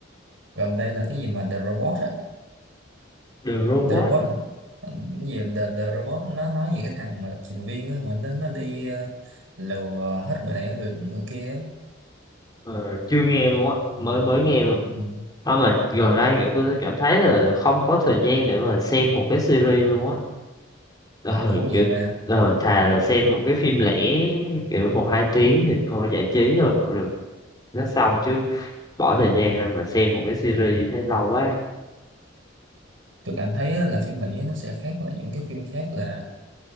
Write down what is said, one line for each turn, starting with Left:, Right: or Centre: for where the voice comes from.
Right: gần đây là cái gì mà The Robot á
Left: The Robot
Right: The Robot
Left: hả?
Right: cái gì The, The Robot nó nói về cái thằng mà lập trình viên á mà nó nó đi ờ, lừa hết người này người người kia á.
Left: ờ, chưa nghe luôn á mới mới nghe luôn
Right: ừ.
Left: Không mà gần
Right: đúng
Left: đây
Right: đó.
Left: kiểu tôi cảm thấy là không có thời gian để mà xem một cái series luôn á. Ờ,
Right: Thì tôi cũng vậy
Left: kiểu
Right: mà
Left: ờ, thà là xem một cái phim lẻ kiểu một hai tiếng thì coi giải trí thôi cũng được. Nó xong chứ bỏ thời gian ra mà xem một cái series thấy lâu quá.
Right: tôi cảm thấy á, là phim Mỹ nó sẽ khác là những cái phim khác là